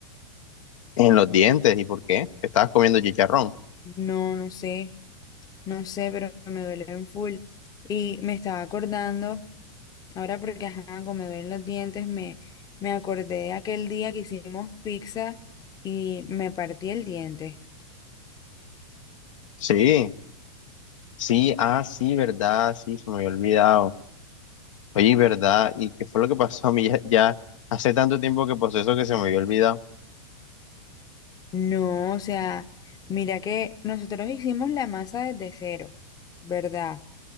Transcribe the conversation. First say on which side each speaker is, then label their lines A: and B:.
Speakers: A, on the left; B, on the left.
A: En los dientes, ¿y por qué? ¿Qué estabas comiendo chicharrón?
B: No, no sé, no sé, pero me duele en full. Y me estaba acordando, ahora porque ajá, como me duelen los dientes, me, me acordé de aquel día que hicimos pizza y me partí el diente.
A: Sí, sí, ah, sí, verdad, sí, se me había olvidado. Oye, ¿verdad? ¿Y qué fue lo que pasó <laughs> a mí ya, ya hace tanto tiempo que pasó eso que se me había olvidado?
B: No, o sea, mira que nosotros hicimos la masa desde cero, ¿verdad?